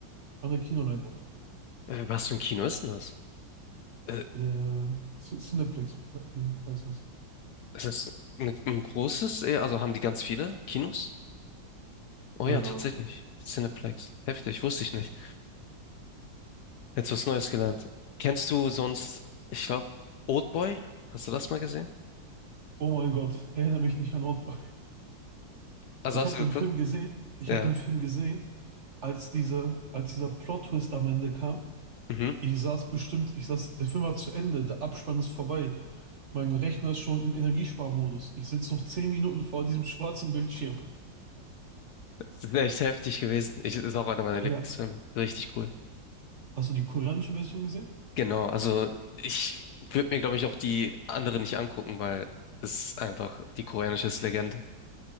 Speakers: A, on the right (about 60°); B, on the left (about 70°).
A: an der Kinoleinwand.
B: Äh, Was für ein Kino ist denn das? Äh,
A: Äh, Cin- Cineplex he- heißt das.
B: ist das ein, ein großes? äh, Also haben die ganz viele Kinos? Oh
A: Keine
B: ja, tatsächlich.
A: Ahnung.
B: Cineplex. Heftig, wusste ich nicht. Jetzt was Neues gelernt. Kennst du sonst, ich glaube, Oldboy? Hast du das mal gesehen?
A: Oh mein Gott, erinnere mich nicht an Oldboy.
B: Also
A: Ich
B: hast
A: habe
B: du
A: den
B: geguckt?
A: Film gesehen. Ich
B: Ja.
A: habe den Film gesehen, als diese, als dieser Plot-Twist am Ende kam.
B: Mhm.
A: Ich saß bestimmt, ich saß, der Film war zu Ende, der Abspann ist vorbei. Mein Rechner ist schon in Energiesparmodus. Ich sitze noch 10 Minuten vor diesem schwarzen Bildschirm.
B: Das ist echt heftig gewesen. Ich, ist auch einer meiner Lieblingsfilme.
A: Ja.
B: Richtig cool.
A: Hast du die koreanische Version gesehen?
B: Genau, also ich würde mir, glaube ich, auch die anderen nicht angucken, weil es ist einfach, die koreanische ist Legende.